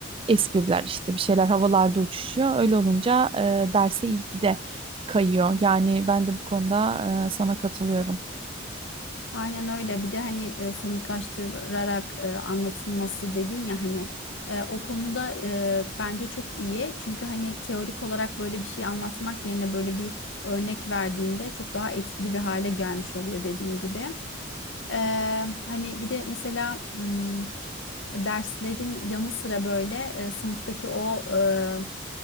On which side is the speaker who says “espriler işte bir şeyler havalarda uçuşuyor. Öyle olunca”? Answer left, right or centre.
Right